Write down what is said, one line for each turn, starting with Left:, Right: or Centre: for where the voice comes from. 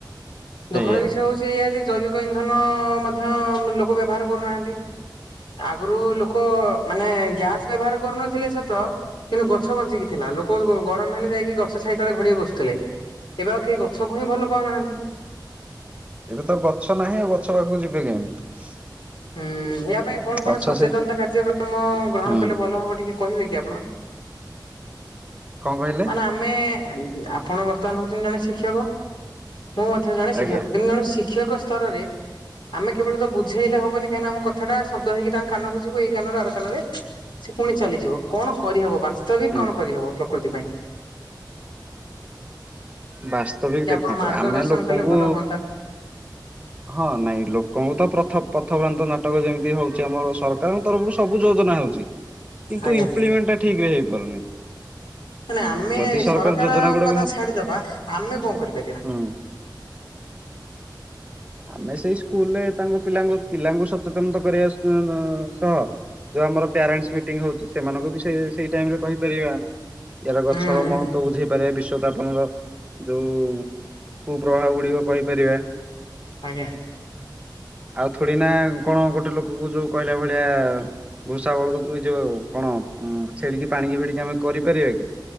Right: ସେଇଆ
Left: ଦୁଃଖର ବିଷୟ ହଉଛି ସେଇଆ ସେ ଜୈବିକ ଇନ୍ଧନ ମଧ୍ୟ ଲୋକ ବ୍ୟବହାର କରୁନାହାନ୍ତି। ଆଗରୁ ଲୋକ ମାନେ ଗ୍ୟାସ ବ୍ୟବହାର କରୁନଥିଲେ ସତ କିନ୍ତୁ ଗଛ ବଞ୍ଚିକି ଥିଲା ଲୋକ ଗରମ ହେଲେ ଯାଇକି ଗଛାଇ ତେଳେ ଘଡେଇ ବସୁଥିଲେ। ଏବେ ଆଉ କେହି ଗଛକୁ ହିଁ ଭଲ ପାଉନାହାନ୍ତି।
Right: ଏବେ ତ ଗଛ ନାହିଁ ଆ ଗଛ ପାଖକୁ ଯିବେ କେମିତି।
Left: ହୁଁ ୟା ପାଇଁ କଣ କଣ
Right: ଗଛ
Left: ସଚେତନତା
Right: ସେ
Left: କାର୍ଯ୍ୟକ୍ରମ ଗ୍ରହଣ
Right: ହୁଁ
Left: କଲେ ଭଲ ହବ ଟିକେ କହିବେ କି ଆପଣ?
Right: କଣ କହିଲେ?
Left: ମାନେ ଆମେ ଆପଣ ବର୍ତ୍ତମାନ ହଉଛନ୍ତି ଜଣେ ଶିକ୍ଷକ ମୁଁ ମଧ୍ୟ ଜଣେ ଶିକ୍ଷକ
Right: ଆଜ୍ଞା
Left: କିନ୍ତୁ ଜଣେ ଶିକ୍ଷକ ସ୍ତରରେ ଆମେ କେବଳ ତ ବୁଝେଇଲେ ହବନି କାହିଁକିନା ଆମଥାଟା ଶବ୍ଦ ହେଇକି ତାଙ୍କ କାନକୁ ଯୁ ଏଇ କାନ ଆ କାନରେ ସେ ପୁଣି ଚାଲିଯିବ କଣ କରିହବ ବାସ୍ତବିକ
Right: ହୁଁ
Left: କଣ କରିହବ ପ୍ରକୃତି ପାଇଁ।
Right: ବାସ୍ତବିକ
Left: ଟିକେ
Right: ଦେଖନ୍ତୁ
Left: ଆପଣ ମାର୍ଗଦର୍ଶନ
Right: ଆମେ ଲୋକଙ୍କୁ
Left: କଲେ ଭଲ ହୁଅନ୍ତା
Right: ହଁ ନାଇଁ ଲୋକଙ୍କୁ ତ ପ୍ରଥ ପଥପ୍ରାନ୍ତ ନାଟକ ଯେମିତି ହଉଛି ଆମର ସରକାରଙ୍କ ତରଫରୁ ସବୁ ଯୋଜନା ହଉଛି କିନ୍ତୁ
Left: ଆଜ୍ଞା
Right: ଇମ୍ପ୍ଲିମେଣ୍ଟ ଟା ଠିକ ରେ ହେଇପାରୁନି।
Left: ମାନ ଆମେ
Right: ଯଦି ସରକାର
Left: ସରକାରଙ୍କ
Right: ଯୋଜନା ଗୁଡାକୁ
Left: କଥା ଛାଡିଦବା ଆମେ କଣ କରିପାରିବା?
Right: ହଁ। ଆମେ ସେଇ ସ୍କୁଲରେ ତାଙ୍କୁ ପିଲାଙ୍କୁ ପିଲାଙ୍କୁ ସଚେତନତା କରିବା ସହ ଯୋଉ ଆମର ପ୍ୟାରେଣ୍ଟସ ମିଟିଙ୍ଗ ହଉଛି ସେମାନଙ୍କୁ ବି ସେ ସେଇ ଟାଇମ ରେ କହିପାରିବିବା। ୟାର ଗଛର
Left: ହୁଁ
Right: ମହତ୍ତଵ
Left: ହୁଁ
Right: ବୁଝେଇ ବିଶ୍ଵଥାପନ ର ଯୋଉ କୁପ୍ରବାହ ଗୁଡିକ କହିପାରିବା।
Left: ଆଜ୍ଞା।
Right: ଆଉ ଥୋଡି ନା କଣ ଗୋଟେ ଲୋକକୁ ଯୋଉ କହିଲା ଭଳିଆ ଘୁଷା ବେଳକୁ ଯ କଣ ଛେଳିକି ପାଣିକି ଫିଡିକି ଆମେ କରିପାରିବା କି?